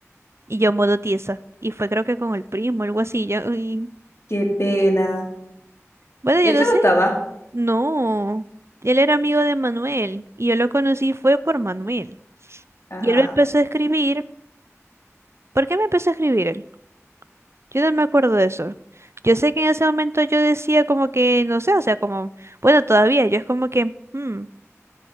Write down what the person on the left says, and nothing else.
Qué pena.
¿Y
él
te
gustaba?
Ajá.